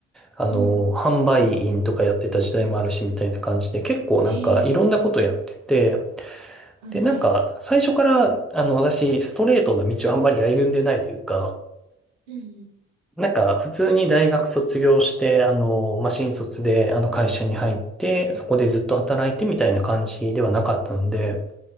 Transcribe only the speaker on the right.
うん。
ええはい、
はい。
うん、